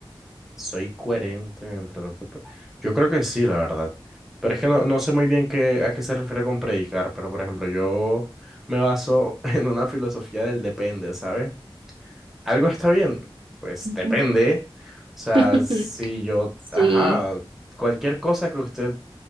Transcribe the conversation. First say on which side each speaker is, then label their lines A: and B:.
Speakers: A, in the centre; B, on the right.
A: soy coherente entre lo que... pre- Yo creo que sí, la verdad. Pero es que no, no sé muy bien qué, a qué se refiere con predicar, pero por ejemplo, yo me baso <laughs> en una filosofía del depende, ¿sabes? ¿Algo está bien? Pues
B: Ujú.
A: depende. O sea,
B: <laughs>
A: si yo,
B: Sí,
A: ajá, cualquier cosa que usted